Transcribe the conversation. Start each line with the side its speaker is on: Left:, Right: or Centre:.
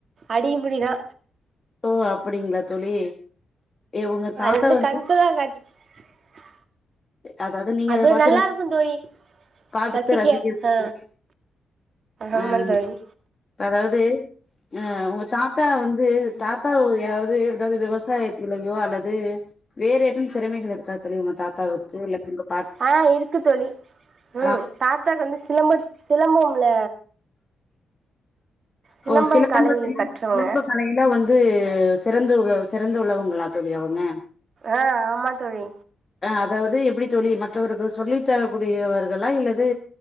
Right: அடிபுடிதா
Left: ஓ அப்படிங்களா தோழி ஏ உங்க தாத்தா
Right: அது
Left: வந்து
Right: கண்கொள்ளா <inaudible>
Left: அதாவது நீங்க
Right: அது
Left: அத பார்த்து
Right: நல்லா
Left: ரசிக்க
Right: இருக்கு தோழி
Left: பாத்து
Right: ரசிக்க
Left: ரசிக்கரத்துக்கு
Right: ஆ ஆமா
Left: ஆஹ்
Right: தோழி
Left: அதாவது அஹ் உங்க தாத்தா வந்து தாத்தா ஏதாவது ஏதாவது விவசாயத்துலையோ அல்லது வேற எதவும் திறமைகள் இருக்குதா தோழி உங்க தாத்தாவுக் <unintelligible>
Right: ஆஹ் இருக்கு தோழி உம்
Left: ஆ
Right: தாத்தாக்கு வந்து சிலம்ப சிலம்பம்ல சிலம்பம்
Left: ஓ சிலம்பத்துல
Right: கலைய கற்றவங்க
Left: சிலம்ப கலையில வந்து சிறந்து சிறந்து உள்ளவங்கள தோழி அவங்க
Right: ஆஹ் ஆமா தோழி
Left: அதாவது எப்படி தோழி மற்றவர்கள் சொல்லித்தரக்கூடியவர்களா இல்லது